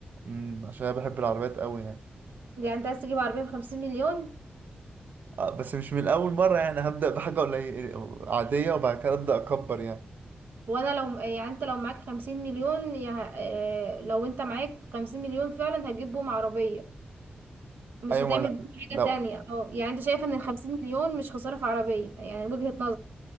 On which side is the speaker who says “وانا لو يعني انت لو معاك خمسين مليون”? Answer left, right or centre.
Right